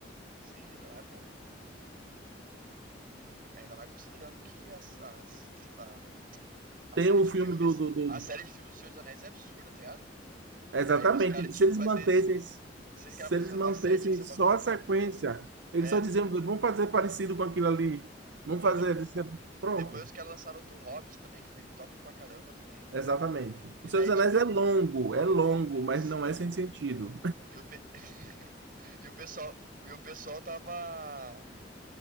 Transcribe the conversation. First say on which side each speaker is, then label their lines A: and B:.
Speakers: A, on the right; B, on the right.
A: Sim, ainda mais, pô, com o. Ainda mais considerando que as, as- a, a
B: Tem
A: série
B: o
A: de
B: filme
A: filmes,
B: do, do, do-
A: a série de filmes do Senhor dos Anéis é absurda, tá ligado? E
B: Exatamente.
A: daí os caras tinham
B: Se eles
A: que fazer
B: mantessem,
A: esse. Se os
B: se
A: caras fossem
B: eles
A: fazer
B: mantessem
A: uma série, tinha que ser
B: só
A: um bagulho top.
B: a sequência, eles
A: É.
B: só diziam, vamos fazer parecido com aquilo ali. Vamos
A: Pô,
B: fazer. isso é- Pronto.
A: E depois os caras lançaram do Hobbit também, que foi top pra caramba também, pô.
B: Exatamente.
A: E
B: O Senhor
A: daí,
B: dos
A: tipo,
B: Anéis é longo, é longo, mas
A: sim.
B: não é sem sentido.
A: E o, pe... <laughs> e o pessoal. E o pessoal tava.